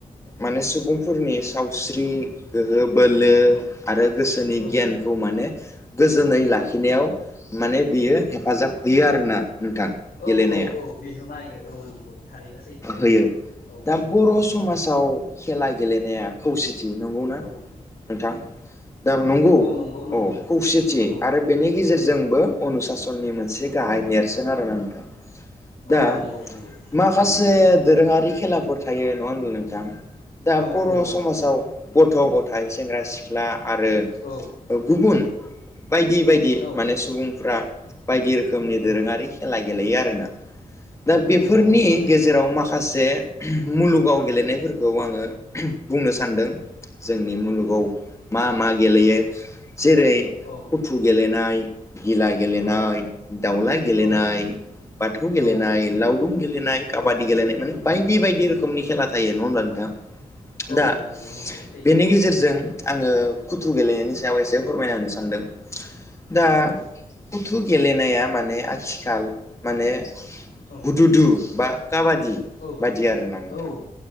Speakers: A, on the left (about 20°); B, on the left (about 85°).
A: माखासे सुबुंफोरनि सावस्रि गोहो बो लो
B: औ
A: आरो गोसोनि
B: औ
A: गियानखौ माने गोजोनै लाखिनायाव माने बियो हेफाजाब होयो आरोना नोंथां गेलेनाया
B: औ औ औ बिहोमा होयो औ नंगौ थारैनो सैथो
A: होयो
B: औ
A: दा बर' समाजाव
B: औ।
A: खेला गेलेनाया खौसे जि नंगौ ना
B: औ
A: थां नंगौ
B: औ नंगौ
A: औ खौसेथि
B: नंगौ
A: आरो बेनि गेजेरजों जोंबो अनुसासननि मोनसे गाहाय नेरसोन आरो नोंथां । दा
B: औ नंगौ नंगौ
A: माखासे दोरोङारि खेलाफोर थायो नङा होनबा नोंथां? दा
B: औ
A: बर'
B: औ नंगौ
A: समाजाव गथ' गथाय सेंग्रा सिख्ला आरो
B: औ
A: गुबुन बायदि बायदि
B: औ
A: माने सुबुंफ्रा बायदि रोखोमनि
B: औ
A: दोरोङारि खेला गेलेयो आरो आरोना? दा
B: नंगौ
A: बेफोरनि
B: औ सैथो
A: गेजेराव माखासे मुलुगाव गेलेनायफोरखौ आङो बुंनो सान्दों जोंनि औ मा मा गेलेयो जेरै
B: औ
A: उथु गेलेनाय <inaudible> गिला गेलेनाय
B: औ
A: दावला गेलेनाय
B: औ
A: बाथौ गेलेनाय
B: औ
A: लावदुम गेलेनाय काबादि
B: औ
A: गेलेनाय माने बायदि बायदि रोखोमनि खेला थायो नङा होमब्ला नोंथां
B: औ
A: दा
B: नंगौ नंगौ सैथो
A: बेनि गेजेरजों आङो खुथ्रु गेलेनायनि सायाव इसे फोरमायना होनो सानदों। दा
B: औ
A: थु गेलेनाया माने आथिखाल माने
B: औ
A: हुदुदु बा काबादि
B: औ
A: बायदि आरोना नोंथां
B: औ